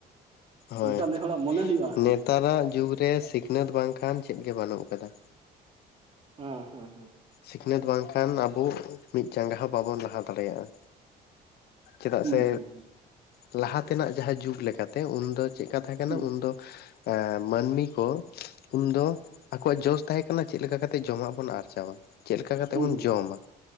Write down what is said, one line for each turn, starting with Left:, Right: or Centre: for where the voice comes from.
Left: ᱦᱚᱭ,
Right: ᱚᱱᱠᱟ ᱱᱮ ᱦᱚᱲᱟᱜ ᱢᱚᱱᱮ ᱦᱩᱭᱩᱜᱼᱟ ᱮᱱᱛᱮᱫ
Left: ᱱᱮᱛᱟᱨ ᱟᱜ ᱡᱩᱜᱽ ᱨᱮ ᱥᱤᱠᱷ ᱱᱟᱹᱛ ᱵᱟᱝ ᱠᱷᱟᱱ ᱪᱮᱫ ᱜᱮ ᱵᱟᱹᱱᱩᱜ ᱠᱟᱫᱟ᱾
Right: ᱦᱮᱸ ᱦᱮᱸ ᱦᱮᱸ᱾
Left: ᱥᱤᱠᱷᱱᱟᱹᱛ ᱵᱟᱝᱠᱷᱟᱱ ᱟᱵᱚ, ᱢᱤᱫ ᱡᱟᱸᱜᱟ ᱦᱚᱸ ᱵᱟᱵᱚᱱ ᱞᱟᱦᱟ ᱫᱟᱲᱮᱭᱟᱜᱼᱟ᱾ ᱪᱮᱫᱟᱜ
Right: ᱦᱩᱸ
Left: ᱥᱮ
Right: ᱦᱩᱸ
Left: ᱮᱼᱞᱟᱦᱟ ᱛᱮᱱᱟᱜ ᱡᱟᱦᱟᱸ ᱡᱩᱜᱽ ᱞᱮᱠᱟ ᱠᱟᱛᱮ, ᱩᱱᱫᱚ ᱪᱮᱫᱠᱟ ᱛᱷᱟᱦᱮᱸ ᱠᱟᱱᱟ?
Right: ᱦᱩᱸ
Left: ᱩᱱᱫᱚ ᱮᱸ ᱢᱟᱹᱱᱢᱤ ᱠᱚ, ᱩᱱᱫᱚ ᱟᱠᱚᱣᱟᱜ ᱡᱚᱥ ᱛᱟᱦᱮ ᱠᱟᱱᱟ ᱪᱮᱫ ᱞᱮᱠᱟ ᱠᱟᱛᱮᱜ ᱡᱚᱢᱟᱜ ᱵᱚᱱ ᱟᱨᱡᱟᱣᱟ᱾ ᱪᱮᱫ ᱞᱮᱠᱟ ᱠᱟᱛᱮᱜ
Right: ᱦᱩᱸ
Left: ᱵᱚᱱ
Right: ᱦᱩᱸ
Left: ᱡᱚᱢᱟ